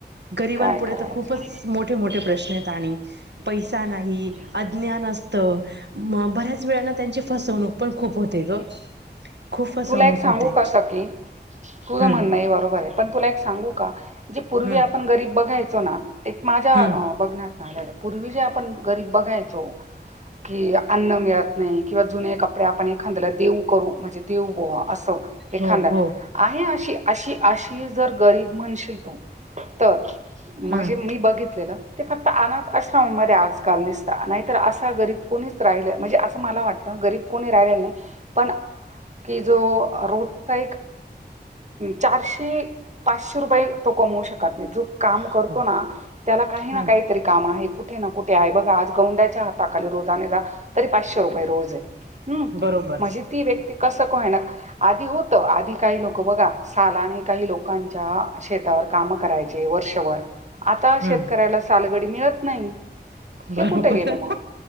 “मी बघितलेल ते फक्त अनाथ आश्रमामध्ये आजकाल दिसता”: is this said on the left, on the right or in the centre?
Right